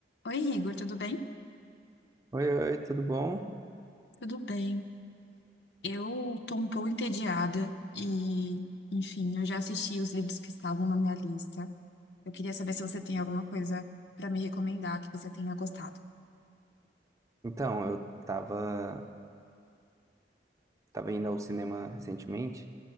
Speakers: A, on the left; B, on the right.
A: Oi, Igor, tudo bem?
B: Oi, oi, tudo bom?
A: Tudo bem. Eu tô um pouco entediada e, enfim, eu já assisti os livros que estavam na minha lista. Eu queria saber se você tem alguma coisa pra me recomendar que você tenha gostado.
B: Então, eu tava, tava indo ao cinema recentemente